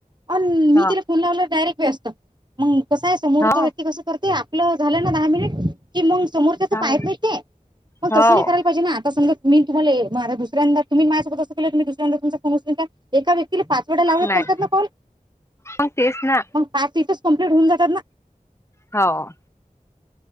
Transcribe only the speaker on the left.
हो
हो
हो
हो
नाही
मग तेच ना
हाव.